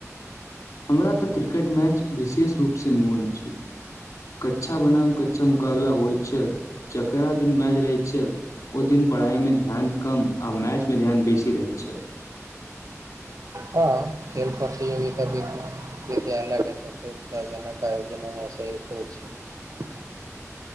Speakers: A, on the left (about 85°); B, on the right (about 85°).
A: हमरा तऽ क्रिकेट मैच विशेष रूपसँ मोन अछि कच्छा बनाम कच्छा मुकाबला होइत छल जकरा दिन मैच रहैत छल ओ दिन पढ़ाईमे ध्यान कम आ मैच मे ध्यान बेसी रहैत छल
B: हँ खेल प्रतियोगिता विद्यालयकेँ सबसँ उत्साहजनक आयोजन म सँ एक होइत छैक